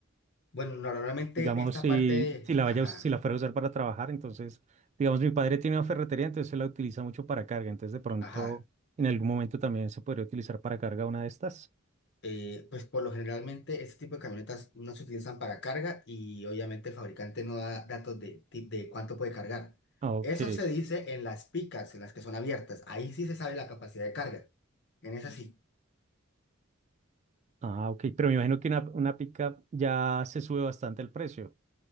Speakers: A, on the left; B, on the right.
A: Bueno, normalmente
B: Digamos,
A: esta
B: si,
A: parte
B: si
A: es-
B: la vaya,
A: ajá,
B: a us- si la fuera a usar para trabajar, entonces, digamos, mi padre tiene una ferretería, entonces él la utiliza mucho para carga. Entonces, de pronto,
A: ajá.
B: en algún momento también se podría utilizar para carga una de estas.
A: eh, pues por lo generalmente este tipo de camionetas no se utilizan para carga y obviamente el fabricante no da datos de, ti- de cuánto puede cargar.
B: Ah, ok.
A: Eso se dice en las picas, en las que son abiertas. Ahí sí se sabe la capacidad de carga. En esas sí.
B: Ah, ok. Pero me imagino que una, una pickup ya se sube bastante el precio.